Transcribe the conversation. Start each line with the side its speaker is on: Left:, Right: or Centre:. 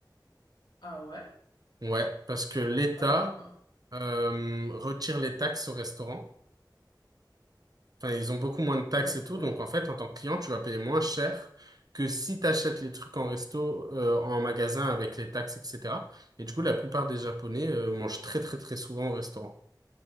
Left: Ah ouais?
Right: Ouais, parce que l'État
Left: Euh, bah,
Right: euh, retire les taxes au restaurant. Enfin, ils ont beaucoup moins de taxes
Left: d'accord.
Right: et tout. Donc, en fait, en tant que client, tu vas payer moins cher que si tu achètes les trucs en resto, euh, en magasin avec les taxes, etc. Et du coup, la plupart des Japonais euh, mangent très, très, très souvent au restaurant.